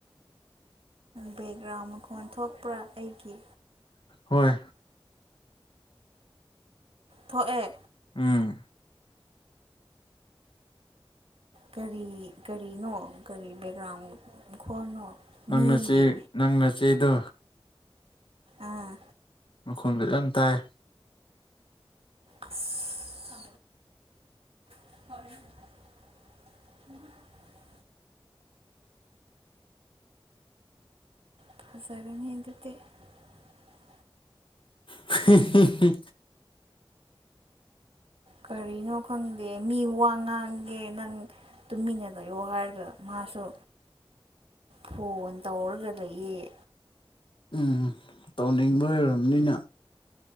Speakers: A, on the right; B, on the left.
A: ꯕꯦꯛꯒ꯭ꯔꯥꯎꯟ ꯃꯈꯣꯟ ꯊꯣꯛꯄ꯭ꯔꯥ ꯑꯩꯒꯤ
B: ꯍꯣꯏ
A: ꯊꯣꯛꯑꯦ
B: ꯎꯝ
A: ꯀꯔꯤ ꯀꯔꯤꯅꯣ ꯀꯔꯤ ꯕꯦꯛꯒ꯭ꯔꯥꯎꯟ ꯃꯈꯣꯟꯅꯣ
B: ꯅꯪ
A: ꯃꯤꯒꯤ
B: ꯅꯆꯦ ꯅꯪ ꯅꯆꯦꯗꯣ
A: ꯑꯥ
B: ꯃꯈꯣꯟ ꯐꯖꯅ ꯇꯥꯏ
A: ꯑꯁ <unintelligible> <unintelligible>
B: ꯍꯤ ꯍꯤ ꯍꯤ
A: ꯀꯔꯤꯅꯣ ꯈꯪꯗꯦ ꯃꯤ ꯋꯥ ꯉꯥꯡꯒꯦ ꯅꯪ ꯇꯨꯃꯤꯟꯅ ꯂꯩꯌꯣ ꯍꯥꯏꯔꯒ ꯃꯍꯥꯛ ꯃꯥꯁꯨ
B: <inaudible>
A: ꯐꯣꯟ ꯇꯧꯔꯒ ꯂꯩꯌꯦ
B: ꯎꯝ ꯇꯧꯅꯤꯡꯕꯩ ꯑꯣꯏꯔꯝꯅꯤꯅ